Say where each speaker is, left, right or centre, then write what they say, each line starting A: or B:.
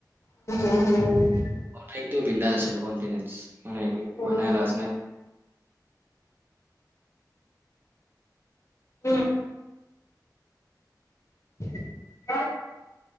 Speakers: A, on the left; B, on the right.
A: উম
B: সৰুতে বিন্দাজ আছিলো কনফিডেঞ্চ মানে এক
A: উম
B: হোৱা
A: উম
B: নাই লাজ নাই
A: উম ক